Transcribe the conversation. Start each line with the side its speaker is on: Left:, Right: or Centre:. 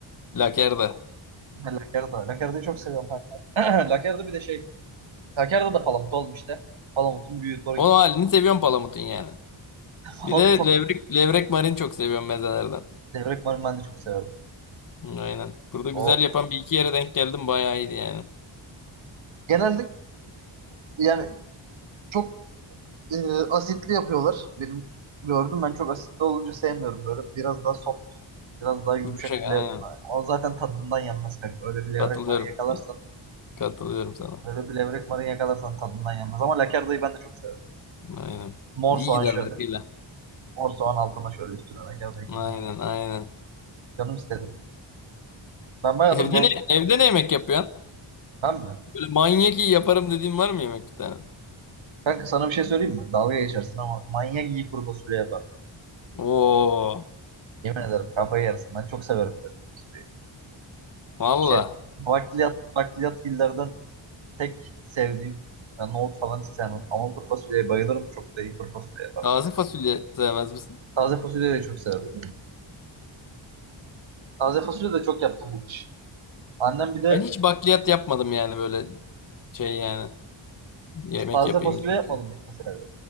Left: Lakerda.
Right: Ha, Lakerda. Lakerda'yı çok seviyorum kanka. <clears throat> Lakerda bir de şey. Lakerda da palamut olmuş işte. Palamutun büyüğü. Torik.
Left: O halini seviyorum palamutun yani.
Right: <laughs>
Left: Bir
Right: Palamut
Left: de
Right: çok
Left: levrek, levrek marin çok seviyorum mezelerden.
Right: Levrek marul ben de çok severim.
Left: Hı, Aynen. Burada güzel
Right: O
Left: yapan bir iki yere denk geldim. Bayağı iyiydi yani.
Right: Genelde yani çok e, asitli yapıyorlar. Benim gördüm ben çok asitli olunca sevmiyorum. Böyle biraz daha soft, biraz daha yumuşak
Left: Yumuşak aynen.
Right: bile. O zaten tadından yenmez kanka. Öyle bir levrek
Left: Katılıyorum.
Right: marı yakalarsan,
Left: Katılıyorum sana.
Right: öyle bir levrek marı yakalarsan tadından yenmez. Ama lakardayı ben de çok severim.
Left: Aynen.
Right: Mor
Left: İyi
Right: soğan
Left: gider
Right: şöyle.
Left: rakıyla.
Right: Mor soğan altına şöyle üstüne lakardayı
Left: Aynen
Right: koyacağım.
Left: aynen.
Right: Canım istedi. Ben bayağıdır
Left: Evde
Right: balık...
Left: ne, evde ne yemek yapıyorsun?
Right: Ben mi?
Left: Böyle manyak iyi yaparım dediğin var mı yemek bir tane?
Right: Kanka sana bir şey söyleyeyim mi? Dalga geçersin ama manyak iyi kuru fasulye yapar.
Left: Oo,
Right: Yemin ederim kafayı yersin. Ben çok severim kuru fasulyeyi.
Left: valla.
Right: Şey, bakliyat, bakliyatgillerden tek sevdiğim ben nohut falan hiç sevmem. Ama kuru fasulyeye bayılırım. Çok da iyi kuru fasulye yaparım.
Left: Taze fasulye sevmez misin?
Right: Taze fasulyeyi de çok severim. Taze fasulye de çok yaptım bu kış. Annem bir de
Left: Ben hiç bakliyat yapmadım yani böyle şey yani. Yemek
Right: taze
Left: yapayım
Right: fasulye
Left: diye.
Right: yapmadım hiç mesela. evde.